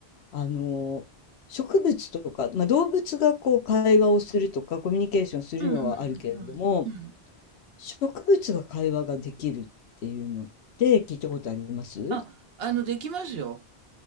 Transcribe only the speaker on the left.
あの植物とか、まあ、動物がこう会話をするとかコミュニケーションするのはあるけれども
植物が会話ができるっていうのって聞いたことあります